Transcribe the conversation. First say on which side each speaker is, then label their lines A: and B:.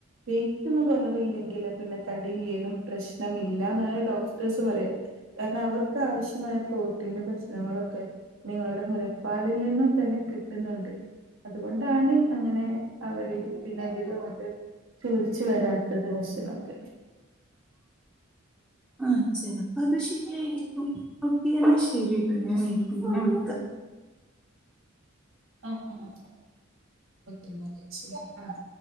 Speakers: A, on the right (about 80°); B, in the centre.
A: വെയ്റ്റ് ഒന്നും കുറവില്ലെങ്കില് പിന്നെ തടിയില്ലെലും പ്രശ്നമില്ല എന്നാണ് ഡോക്ടേഴ്സ് പറയാ കാരണം അവർക്ക് ആവശ്യ നായ പ്രോട്ടീൻ ഭക്ഷണങ്ങളൊക്കെ നിങ്ങളുടെ മുലപ്പാലിൽ നിന്നും തന്നെ കിട്ടുന്നുണ്ട് അതുകൊ ണ്ടാണ് അങ്ങനെ അവര് പിന്നെ അധികമാത്തെ. ചോദിച്ചു വരാത്തത് വശനൊക്കെ.
B: ആ ചെലപ്പോ അത് ശരിയായിരിക്കും. ഓക്കെ എന്നാ ശരിട്ടോ ഞാനേ പിന്നെ വിളിക്ക
A: ആഹ് ആഹ് പിന്നെ രക്ഷയില്ലട്ടാ <unintelligible>